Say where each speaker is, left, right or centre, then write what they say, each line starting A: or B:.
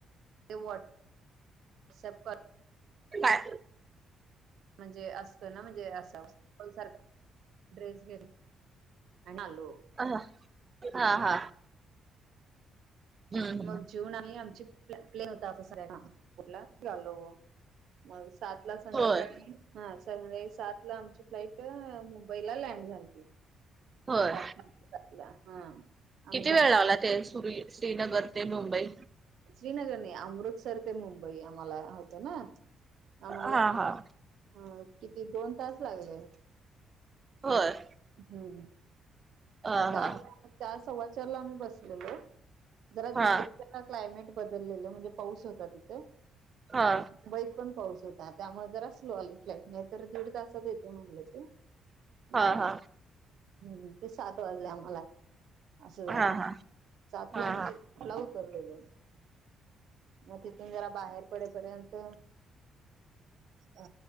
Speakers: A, on the right (about 75°); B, on the right (about 30°).
A: ते व्हॉट्सॲप
B: बाय.
A: म्हणजे असतं ना म्हणजे असा सारखा ड्रेस घेली हणालो.
B: ह हा हा. हम्म
A: मग जेऊन आणि आम्ही आमची प्लेन होता अस नागपूर ला आलो मग सात ला संध्याकाळी
B: होय
A: हा संध्याकाळी सात ला आमची फ्लाइट मुंबईला लँड झालती. <inaudible>
B: होय किती
A: बाहेर
B: वेळ लावला ते सु श्रीनगर ते मुंबई?
A: श्रीनगर नाही अमृतसर ते मुंबई आम्हाला होत ना आम्हाला
B: हा हा
A: हा किती दोन तास लागले.
B: होय.
A: हम्म
B: हा
A: चार
B: हा
A: ला चार सव्वाचार ला आम्ही बसलेलो. जरा
B: हा
A: दिल्लीच क्लायमेट बदललेलं म्हणजे पाऊस होता तिथे.
B: हा.
A: मुंबईत पण पाऊस होता त्यामुळे जर स्लो आली फ्लाइट नाही तर दीड तासात येते म्हटले ते. हम्म
B: हा हा
A: हम्म ते सात वाजले आम्हाला असं झालं
B: हा हा
A: सात
B: हा
A: ला
B: हा हा
A: आम्ही तेला उतरलेलो. मग तिथून जरा बाहेर पडेपर्यंत अ